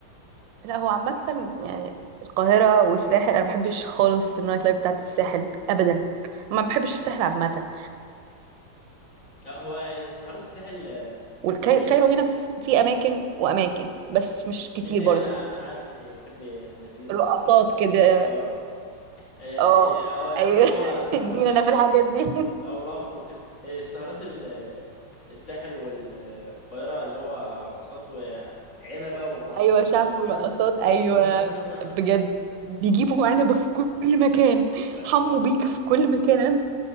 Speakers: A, on the right; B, on the left.
A: لا هو عامه يعني القاهره والساحل انا ما بحبش خالص النايت لايف بتاعت الساحل ابدا ما بحبش الساحل عامه
B: لا، هو سهرات الساحل آه،
A: والكايرو
B: زي
A: هنا ف- في اماكن واماكن بس مش كتير
B: انت انا
A: برضو
B: انا عارف انت بتحبي اللاتينو
A: رقصات
B: حفلات
A: كده
B: ال اه آه،
A: اه
B: انت اه انما
A: ايوه
B: هو
A: <laughs>
B: سهرات
A: ادينا
B: ال
A: انا في الحاجات دي
B: او الافرو وكده آه، السهرات ال الساحل وال- والقاهرة اللي هو رقصات وعنبة وما اعرفش
A: ايوه
B: ايه
A: شعبي
B: وكده
A: ورقصات ايوه
B: <laughs>
A: بجد
B: <laughs>
A: بيجيبوا عنبه في كل مكان
B: وعصام
A: حمو
B: صاصة
A: بيك في كل مكان أنا-